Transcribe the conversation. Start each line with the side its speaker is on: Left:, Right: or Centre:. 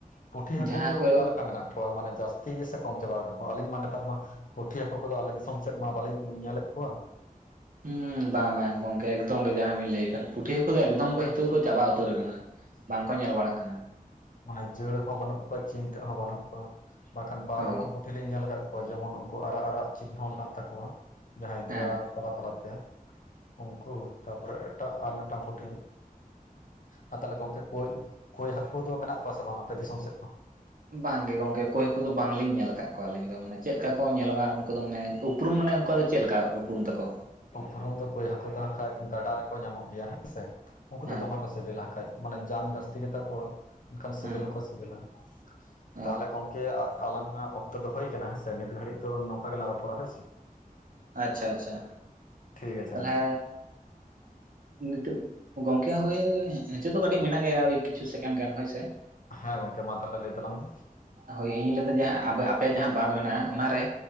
Left: ᱯᱩᱴᱷᱤ
Right: ᱡᱟᱦᱟᱸ
Left: ᱦᱟᱹᱠᱩ ᱫᱚ
Right: ᱠᱚ
Left: ᱚᱠᱟᱞᱮᱠᱟ ᱢᱮᱱᱟᱜ ᱠᱚᱣᱟ ᱢᱟᱱᱮ ᱡᱟᱹᱥᱛᱤ ᱜᱮ ᱥᱮ ᱠᱚᱢ ᱪᱟᱵᱟ ᱠᱟᱱᱟᱠᱚ ᱟᱹᱞᱤᱧ ᱢᱟ ᱱᱮᱛᱟᱨ ᱢᱟ ᱯᱩᱴᱷᱤ ᱦᱟᱹᱠᱩ ᱠᱚᱫᱚ ᱟᱞᱮ ᱫᱤᱥᱚᱢ ᱥᱮᱫ ᱢᱟ ᱵᱟᱹᱞᱤᱧ ᱧᱮᱞᱮᱫ ᱠᱚᱣᱟ᱾
Right: ᱦᱩ ᱵᱟᱝ ᱵᱟᱝ ᱜᱚᱝᱠᱮ ᱮᱠᱫᱚᱢ ᱜᱮ ᱡᱟᱦᱟ ᱵᱤᱱ ᱞᱟᱹᱭ ᱟᱠᱟᱫ ᱯᱩᱴᱷᱤ ᱠᱚᱫᱚ ᱮᱠᱫᱚᱢ ᱜᱮ ᱱᱤᱛᱚᱜ ᱫᱚ ᱠᱚ ᱪᱟᱵᱟ ᱩᱛᱟᱹᱨ ᱠᱟᱱᱟ ᱵᱟᱝ ᱠᱚ ᱧᱮᱞ ᱵᱟᱲᱟᱜ ᱠᱟᱱᱟ
Left: ᱢᱟᱱᱮ ᱡᱟᱹᱲ ᱦᱚᱸ ᱵᱟᱹᱱᱩᱜ ᱠᱚᱣᱟ ᱪᱤᱱᱛᱟᱹᱜ ᱦᱚᱸ ᱵᱟᱹᱱᱩᱜ ᱠᱚᱣᱟ ᱵᱟᱝᱠᱷᱟᱱ ᱵᱟᱨ
Right: ᱦᱳᱭ
Left: ᱨᱚᱠᱚᱢ ᱞᱤᱧ ᱧᱮᱞ ᱟᱠᱟᱫ ᱠᱚᱣᱟ ᱡᱮᱢᱚᱱ ᱩᱱᱠᱩ ᱟᱨᱟᱜ ᱟᱨᱟᱜ ᱪᱮᱫ ᱦᱚᱸ ᱢᱮᱱᱟᱜ ᱛᱟᱠᱚᱣᱟ ᱡᱟᱦᱟᱸᱭ ᱫᱮᱭᱟ
Right: ᱦᱮᱸ
Left: ᱛᱟᱞᱟ ᱛᱟᱞᱟᱛᱮ ᱩᱱᱠᱩ ᱛᱟᱯᱚᱨᱮ ᱮᱴᱟᱜ ᱟᱨ ᱢᱤᱫᱴᱟᱝ ᱯᱩᱴᱷᱤ ᱟᱨ ᱛᱟᱦᱚᱞᱮ ᱜᱚᱝᱠᱮ ᱠᱳᱭ ᱠᱳᱭ ᱦᱟᱹᱠᱩ ᱫᱚ ᱢᱮᱱᱟᱜ ᱠᱚᱣᱟ ᱥᱮ ᱵᱟᱝ ᱟᱯᱮ ᱫᱤᱥᱚᱢ ᱥᱮᱫ ᱫᱚ
Right: ᱵᱟᱝ ᱜᱮ ᱜᱚᱝᱠᱮ ᱠᱳᱭ ᱦᱟᱠᱩ ᱫᱚ ᱵᱟᱝᱞᱤᱧ ᱧᱮᱞ ᱟᱠᱟᱫ ᱠᱚᱣᱟ ᱟᱹᱞᱤᱧ ᱫᱚ ᱢᱟᱱᱮ ᱪᱮᱫ ᱞᱮᱠᱟ ᱠᱚ ᱧᱮᱞᱚᱜ-ᱟ᱾ ᱩᱱᱠᱩ ᱫᱚ ᱢᱟᱱᱮ ᱩᱯᱨᱩᱢ ᱢᱟᱱᱮ ᱩᱱᱠᱩ ᱫᱚ ᱪᱮᱫ ᱞᱮᱠᱟ ᱩᱯᱨᱩᱢ ᱛᱟᱠᱚ
Left: ᱩᱯᱨᱩᱢ ᱫᱚ ᱠᱳᱭ ᱦᱟᱹᱠᱩ ᱫᱚ ᱦᱟᱝᱠᱟ ᱜᱟᱰᱟ ᱨᱮᱠᱚ ᱧᱟᱢᱚᱜ ᱜᱮᱭᱟ ᱦᱮᱸᱥᱮ ᱩᱱᱠᱩ
Right: ᱦᱮᱸ
Left: ᱫᱚ ᱫᱚᱢᱮ ᱠᱚ ᱫᱮᱞᱟ ᱠᱟᱡ ᱢᱟᱱᱮ ᱡᱟᱝ ᱡᱟᱹᱥᱛᱤ ᱜᱮᱛᱟ ᱠᱚᱣᱟ ᱮᱱᱠᱷᱟᱱ ᱥᱤᱵᱤᱞ
Right: ᱦᱮᱸ
Left: ᱦᱚᱸᱠᱚ ᱥᱤᱵᱤᱞᱟ
Right: ᱚ
Left: ᱛᱟᱦᱚᱞᱮ ᱜᱚᱝᱠᱮ ᱟᱞᱟᱝᱟᱜ ᱚᱠᱛᱚ ᱫᱚ ᱦᱩᱭ ᱠᱟᱱᱟ ᱦᱮᱸ ᱥᱮ ᱱᱤᱛ ᱜᱷᱟᱹᱲᱤᱡ ᱫᱚ ᱱᱚᱝᱠᱟ ᱜᱮᱞᱟᱝ ᱨᱚᱯᱚᱲᱟ ᱦᱳᱭᱥᱮ
Right: ᱟᱪᱪᱷᱟ ᱟᱪᱪᱷᱟ
Left: ᱴᱷᱤᱠ ᱟᱪᱷᱮ
Right: ᱛᱟᱦᱚᱞᱮ
Left: ᱢᱟ
Right: ᱱᱤᱛᱤᱱ ᱜᱚᱝᱠᱮ ᱦᱳᱭ ᱱᱤᱛᱚᱜ ᱫᱚ ᱠᱟᱹᱴᱤᱡ ᱢᱮᱱᱟᱜ ᱜᱮᱭᱟ ᱳᱭ ᱠᱤᱪᱷᱩ ᱥᱮᱠᱮᱱᱰ ᱜᱟᱱ ᱦᱳᱭ ᱥᱮ
Left: ᱦᱮᱸ ᱜᱚᱝᱠᱮ ᱢᱟ ᱛᱟᱦᱚᱞᱮ ᱞᱟᱹᱭ ᱛᱟᱞᱟᱝ ᱢᱮ
Right: ᱦᱳᱭ ᱤᱧ ᱞᱟᱹᱭᱫᱟ ᱡᱟᱦᱟ ᱟᱯᱮᱭᱟᱜ ᱡᱟᱦᱟ ᱵᱟᱸᱫ ᱢᱮᱱᱟᱜ-ᱟ᱾ ᱚᱱᱟᱨᱮ